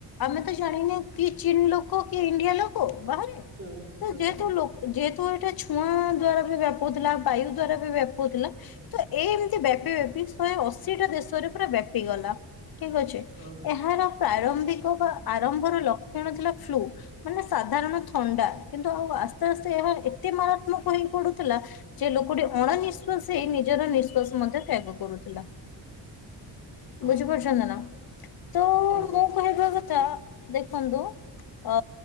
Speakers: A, on the left; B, on the right.
A: ଆମେ ତ ଜାଣିନେ କି ଚୀନଲୋକ କି ଇଣ୍ଡିଆଲୋକ। ବାହାରେ
B: ହୁଁ
A: ତ
B: ହୁଁ
A: ଯେହେତୁ ଲୋ ଯେହେତୁ ଏଇଟା ଛୁଆଁ ଦ୍ଵାରା ବି ବ୍ୟାପୁଥିଲା ବାୟୁ ଦ୍ଵାରା ବି ବ୍ୟାପୁଥିଲା। ତ ଏ ଏମତି ବ୍ୟାପି ବ୍ୟାପି ଶହେ ଅଶିଟା ଦେଶରେ ପୁରା ବ୍ୟାପିଗଲା। ଠିକ ଅଛି
B: ହଁ
A: ଏହାର ପ୍ରାରମ୍ଭିକ ବା ଆରମ୍ଭର ଲକ୍ଷଣ ଥିଲା ଫ୍ଲୁ ମାନେ ସାଧାରଣ ଥଣ୍ଡା କିନ୍ତୁ ଆଉ ଆସ୍ତେଆସ୍ତେ ଏହା ଏତେ ମାରାତ୍ମକ ହେଇପଡ଼ୁଥିଲା। ସେ ଲୋକଟି
B: ହଁ
A: ଅଣନିଶ୍ଵାସ ହେଇ ନିଜର ନିଃଶ୍ଵାସ ମଧ୍ୟ ତ୍ୟାଗ କରୁଥିଲା।
B: ହଁ
A: ବୁଝି ପାରୁଛନ୍ତିନା ତ
B: ହଁ।
A: ମୁଁ କହିବା କଥା ଦେଖନ୍ତୁ, ଅ